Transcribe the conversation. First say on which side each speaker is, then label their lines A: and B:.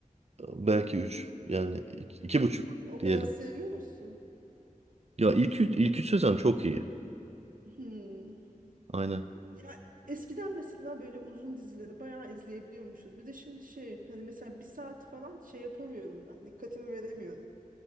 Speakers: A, on the right; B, on the right.
A: Belki üç. Yani iki, iki buçuk
B: O
A: diyelim.
B: kadar seviyor musun?
A: Ya ilk, üç- ilk üç sezon çok iyi.
B: Hmm.
A: Aynen.
B: Ya eskiden mesela böyle uzun dizileri bayağı izleyebiliyormuşuz. Bir de şimdi şey hani mesela bir saat falan şey yapamıyorum ben. Dikkatimi veremiyorum.